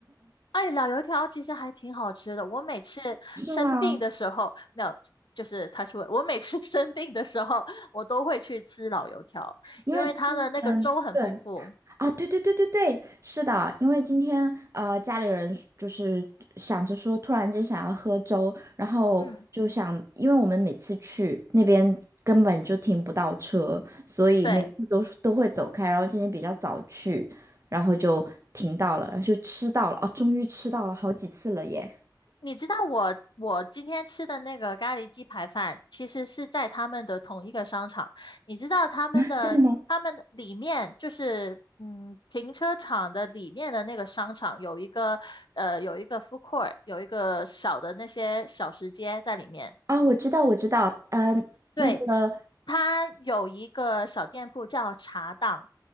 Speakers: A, on the left; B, on the right.
A: 哎，老油条其实还挺好吃的。我每次生病的时候，
B: <laughs> 是吗？
A: 没有，就是他说我每次 <laughs> 生病的时候，我都会去吃老油条，
B: 因为之前对，
A: 因为它的那个粥很丰富。
B: 啊，对对对对对，是的，因为今天呃家里人就是想着说，突然间想要喝粥，然后就想，
A: 嗯，
B: 因为我们每次去那边根本就停不到车，所以每次都都会走开，
A: 对。
B: 然后今天比较早去，然后就停到了，然后就吃到了，哦，终于吃到了好几次了耶！
A: 你知道我我今天吃的那个咖喱鸡排饭，其实是在他们的同一个商场。你知道他们的他们的里面就是嗯停车场的里面的那个商场有一个呃有一个
B: <laughs> 真的吗？
A: food court，有一个小的那些小食街在里面。
B: 啊，我知道，我知道，呃，
A: 对，
B: 那个，
A: 它有一个小店铺叫茶档，